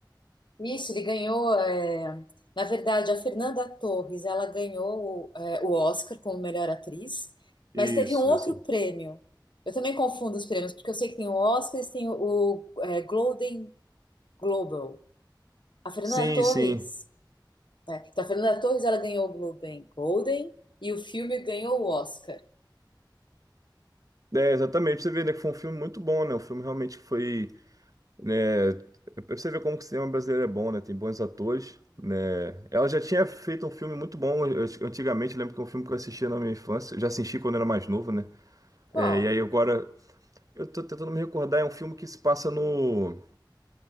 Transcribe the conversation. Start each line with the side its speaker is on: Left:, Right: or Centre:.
Left: Isso, ele ganhou. é, Na verdade, a Fernanda Torres, ela ganhou o, é, o Oscar como melhor atriz,
Right: Isso,
Left: mas teve um outro
Right: isso.
Left: prêmio. Eu também confundo os prêmios, porque eu sei que tem o Oscar e tem o, o, é, Golden Globe. A Fernanda
Right: Sim,
Left: Torres,
Right: sim.
Left: né, então, a Fernanda Torres, ela ganhou o Golden Golden e o filme ganhou o Oscar.
Right: É, exatamente. Você vê, né, que foi um filme muito bom, né? O filme realmente foi, né? é Pra você ver como que o cinema brasileiro é bom, né? Tem bons atores, né? Ela já tinha feito um filme muito bom eu- antigamente. eu lembro que é um filme que eu assistia na minha infância. Eu já assisti quando era mais novo, né?
Left: Qual?
Right: É, e aí agora, eu tô tentando me recordar, é um filme que se passa no.